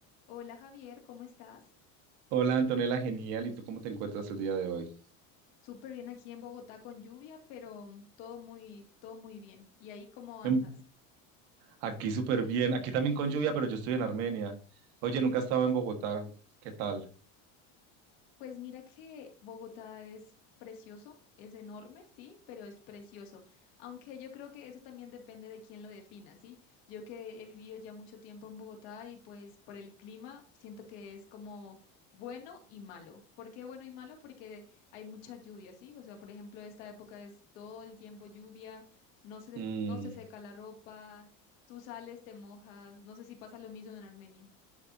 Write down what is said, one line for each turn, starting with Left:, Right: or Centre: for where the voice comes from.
Left: Hola Javier, ¿cómo estás?
Right: Hola Antonella, genial. ¿Y tú cómo te encuentras el día de hoy?
Left: Súper bien aquí en Bogotá con lluvia, pero todo muy, todo muy bien. ¿Y ahí cómo andas?
Right: En- Aquí súper bien. Aquí también con lluvia, pero yo estoy en Armenia. Oye, nunca he estado en Bogotá. ¿Qué tal?
Left: Pues mira que Bogotá es precioso, es enorme, sí, pero es precioso. Aunque yo creo que eso también depende de quién lo defina, ¿sí? Yo que he vivido ya mucho tiempo en Bogotá y pues por el clima siento que es como bueno y malo. ¿Por qué bueno y malo? Porque hay muchas lluvias, ¿sí? O sea, por ejemplo, esta época es todo el tiempo lluvia, no se,
Right: Mm,
Left: no se seca la ropa, tú sales, te mojas, no sé si pasa lo mismo en Armenia.